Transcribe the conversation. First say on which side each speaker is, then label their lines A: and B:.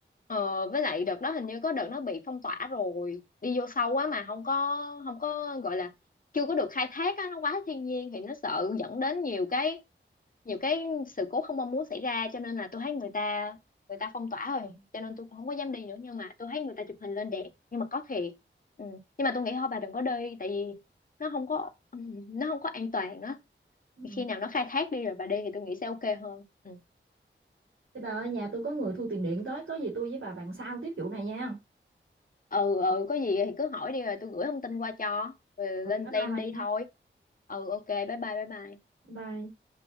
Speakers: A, on the left; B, on the right.
A: ờ, với lại đợt đó hình như có đợt nó bị phong tỏa rồi đi vô sâu quá mà không có không có gọi là chưa có được khai thác á nó quá thiên nhiên thì nó sợ dẫn đến nhiều cái nhiều cái sự cố không mong muốn xảy ra cho nên là tôi thấy người ta người ta phong tỏa rồi cho nên tôi cũng không có dám đi nữa nhưng mà tôi thấy người ta chụp hình lên đẹp nhưng mà có thiệt ừ. nhưng mà tôi nghĩ thôi bà đừng có đi tại vì nó không có ừ, nó không có an toàn á
B: Ừ.
A: thì khi nào nó khai thác đi rồi bà đi thì tôi nghĩ sẽ ok hơn ừ
B: Thế bà ơi nhà tôi có người thu tiền điện tới có gì tôi với bà bàn sau tiếp vụ này nha
A: ừ, ừ có gì thì cứ hỏi đi rồi tôi gửi thông tin qua cho rồi
B: ừ,
A: lên
B: bye
A: plan
B: bye bà
A: đi
B: nha
A: thôi ừ ok bye bye bye bye
B: bye bye